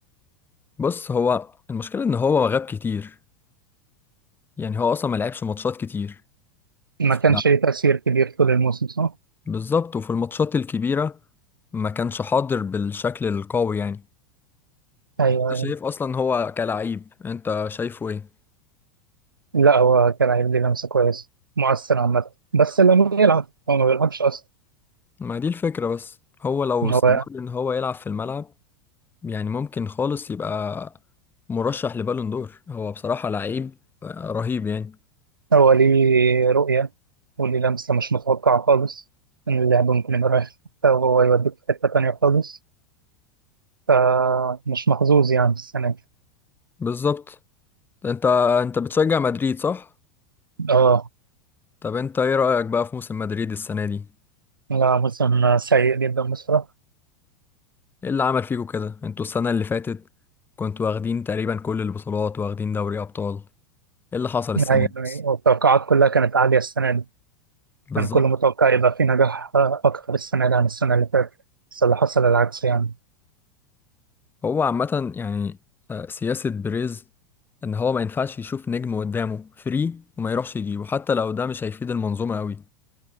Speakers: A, on the left (about 20°); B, on the right (about 85°).
A: بص هو المشكلة ان هو غاب كتير يعني هو اصلا ما لعبش ماتشات كتير
B: ما
A: ف-
B: كانش ليه تأثير كبير طول الموسم صح؟
A: بالظبط وفي الماتشات الكبيره ما كانش حاضر بالشكل القوي يعني
B: ايوه
A: انت
B: ايوه
A: شايف اصلا هو كلاعب انت شايفه ايه
B: لا هو كان هيدي لمسه كويسه مؤثر عامه بس لما يلعب هو ما بيلعبش اصلا
A: ما دي الفكره بس هو لو استمر
B: هو
A: ان هو يلعب في الملعب يعني ممكن خالص يبقى مرشح لبالون دور هو بصراحه لعيب رهيب يعني
B: هو ليه رؤيه وليه لمسه مش متوقعه خالص ان اللعب ممكن يبقى رايح في حتة وهو يوديك في حته تانيه خالص فمش محظوظ يعني السنه دي
A: بالظبط انت انت بتشجع مدريد صح
B: اه
A: طب انت ايه رايك بقى في موسم مدريد السنه دي
B: لا موسم سيء جدا بصراحه
A: ايه اللي عمل فيكوا كده انتوا السنة اللي فاتت كنتوا واخدين تقريبا كل البطولات واخدين دوري ابطال ايه اللي حصل السنة
B: يعني
A: دي بس
B: والتوقعات كلها كانت عاليه السنه دي
A: بالظبط
B: كان كله متوقع يبقى في نجاح اكتر السنه دي عن السنه اللي فاتت بس اللي حصل العكس يعني
A: هو عامة يعني آه، سياسة بريز ان هو ما ينفعش يشوف نجم قدامه فري وما يروحش يجيبه حتى لو ده مش هيفيد المنظومة قوي